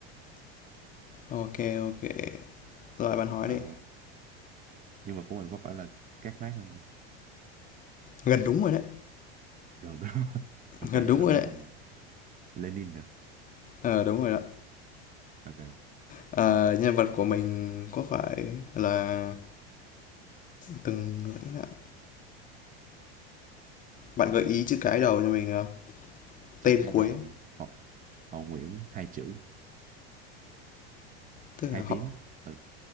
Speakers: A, on the left; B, on the right.
A: OK, OK. Rồi bạn hỏi
B: ờ,
A: đi.
B: nhưng mà của mình có phải là Các Mác không
A: Gần đúng rồi đấy,
B: gần đó <laughs> ok
A: gần
B: vậy
A: đúng
B: là
A: rồi
B: với
A: đấy.
B: còn lại Lenin được
A: Ờ à, đúng rồi đó.
B: ok
A: Ờ, nhân vật của mình có phải là từng lãnh đạo. Bạn gợi ý chữ cái đầu cho mình được không?
B: chữ
A: tên
B: cái
A: cuối,
B: đầu họ, họ Nguyễn hai chữ
A: tức
B: hai
A: là họ
B: tiếng ừ